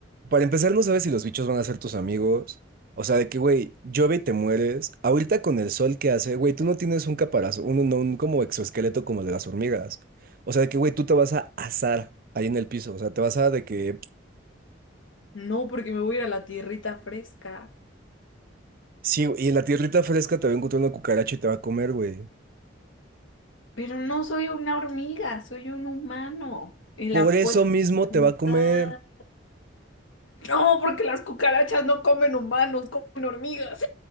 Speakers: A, on the right; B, on the left.
A: Para empezar, no sabes si los bichos van a ser tus amigos. O sea, de que, güey, llueve y te mueres. Ahorita con el sol que hace, güey, tú no tienes un caparazón, un, no, un como exoesqueleto como el de las hormigas. O sea, de que, güey, tú te vas a asar ahí en el piso. O sea, te vas a de que...
B: No, porque me voy a ir a la tierrita fresca.
A: Sí, y en la tierrita fresca te va a encontrar una cucaracha y te va a comer, güey.
B: Pero no soy una hormiga, soy un humano y la
A: Por eso
B: puedo
A: mismo
B: cantar.
A: te va a comer.
B: No, porque las cucarachas no comen humanos, comen hormigas.